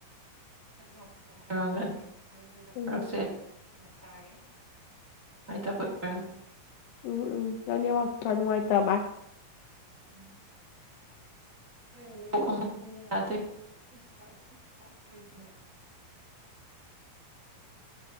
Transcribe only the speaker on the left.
ꯎꯝ
ꯎꯝ ꯎꯝ ꯅꯪ ꯅꯦꯠꯋ꯭ꯥꯛ ꯈꯔꯥ ꯅꯨꯡꯉꯥꯏꯇꯃꯥ